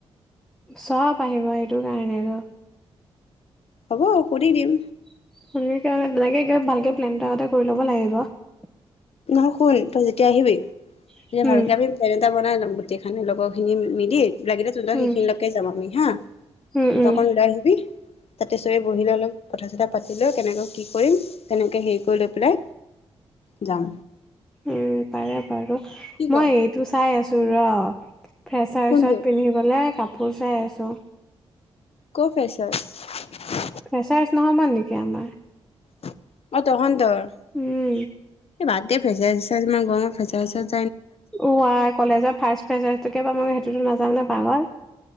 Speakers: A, in the centre; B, on the left.
A: চব আহিব সেইটো কাৰণে আৰু,
B: হ'ব সুধি দিম।
A: <unintelligible>
B: নহয় শুল তই যেতিয়া আহিবি, - তেতিয়া
A: উম,
B: ভালকে আমি প্লেন এটা বনাই লম গোটেইখানি লগৰ খিনি মিলি লাগিলে তুহনতক
A: উম,
B: সেইখিনিলৈকে যাম আমি হা,
A: উম,
B: তই
A: উম,
B: অকন ওলাই আহিবি। তাতে চবেই বহিলৈ অলপ কথা- চিথা পাতি লৈ কেনেকৈ কি কৰিম তেনেকে হেৰি কৰি লৈ পেলাই, যাম।
A: উম, পাৰে বাৰু
B: কি ক
A: মই এইটো চাই আছো। ৰ', ফ্ৰেছাৰছত
B: কোনটো
A: পিন্ধিবলে কাপ, কাপোৰ চাই আছোঁ।
B: কৰ ফ্ৰেচাৰচ?
A: ফেচাৰচ নহ'ব নেকি আমাৰ।
B: অ ' তহঁতৰ এ',
A: উম,
B: বাদ দে ফ্ৰেছাচ -জেছাচ ইমান গৰমত। আচ্ছা আচ্ছা
A: ওৱা কলেজৰ ফাছ ফেছাচটোকে বা মই সেইটোতো নাযাওঁ নে পাগল।